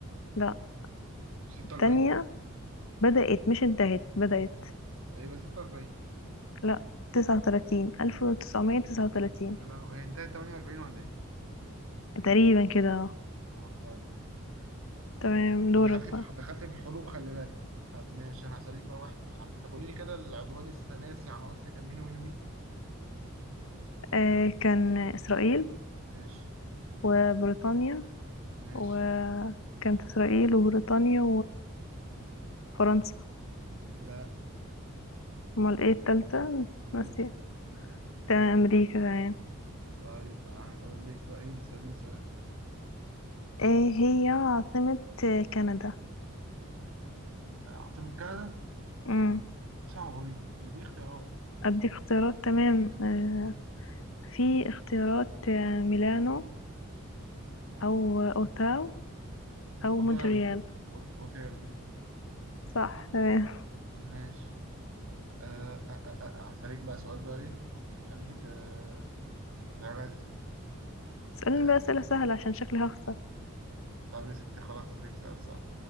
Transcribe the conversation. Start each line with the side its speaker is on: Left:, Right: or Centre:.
Left: لا
Right: 46
Left: التانية بدأت مش انتهت بدأت
Right: يبقى 46
Left: لا تسعة وتلاتين ألف وتسعمية تسعة وتلاتين
Right: يا لهوي هي انتهت 48 ولا ايه؟
Left: تقريبا كده آه،
Right: اه طيب.
Left: تمام
Right: انت
Left: دورك
Right: دخلت في
Left: بقى
Right: دخلت في الحروب خلي بالك طب ماشي انا هسألك بقى واحد في الحرب طب قولي لي كده العدوان الثلاثي على مصر كان مين ومين ومين
Left: آه كان إسرائيل
Right: ماشي
Left: وبريطانيا
Right: ماشي
Left: وكانت إسرائيل وبريطانيا وفرنسا
Right: لا
Left: أمال ايه التالتة
Right: امريكا
Left: ناسية تمام أمريكا تمام
Right: طيب هنقول لك بقى انت سأليني سؤال
Left: ايه هي عاصمة كندا
Right: آه، عاصمة كندا
Left: امم
Right: دي صعبة دي طب اديني اختيارات
Left: أديك اختيارات تمام آه، في اختيارات آه، ميلانو
Right: لا
Left: أو أوتاو أو
Right: اوتاوا
Left: مونتريال
Right: دي أوت- اوتاوا دي
Left: صح تمام
Right: ماشي آه، آه، آه، آه، آه، آه، هسألك بقى سؤال بقى ايه خليكي ت- تعجزي
Left: اسألني
Right: آه،
Left: بقى أسئلة سهلة عشان شكلي هخسر
Right: طب يا ستي خلاص اسألك سؤال سهل